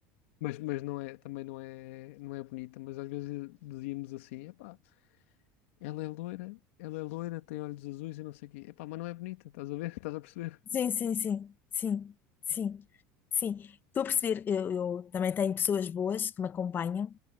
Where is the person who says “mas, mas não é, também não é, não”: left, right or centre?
Left